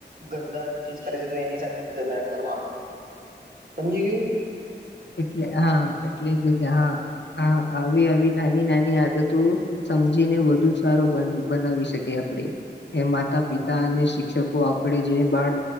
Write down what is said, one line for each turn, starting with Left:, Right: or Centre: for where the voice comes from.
Right: ગંદા ચીજ કરે છે, તો એની સાથે મિત્રતા કરવાનું
Left: <inaudible>
Right: સમજી ગયું.
Left: એટલે હા, એટલે ભી હા, હા આવી, આવી નાની, નાની આદતો સમજીને વધુ સારો બન બનાવી શકી આપડે. એ માતા પિતા અને, શિક્ષકો આપડે જે બાળ